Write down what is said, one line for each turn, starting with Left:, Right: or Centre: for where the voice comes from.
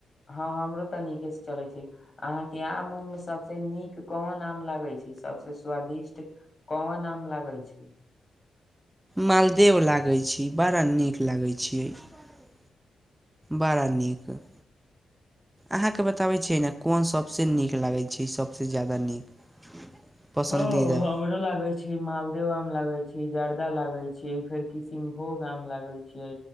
Left: हँ -हमरो। त नीकेसँ चलै छै अहाँके आम उम मे सभस नीक कोन आम लागै छै सभस स्वादिष्ट कोन आम लागै छै। <unintelligible>
Right: मालदेव लागैत छी बड़ा नीक लागैत छी। <unintelligible> बड़ा नीक। <unintelligible> अहाँके बताबै छियै ने कोन सभसँ नीक लागै छै सभसँ जादा नीक। <unintelligible> पसन्दीदा
Left: ह हमरो लागै छै मालदेव आम। <unintelligible> लगै छै जर्दा लागै छै फेर किशनभोग आम लागै छै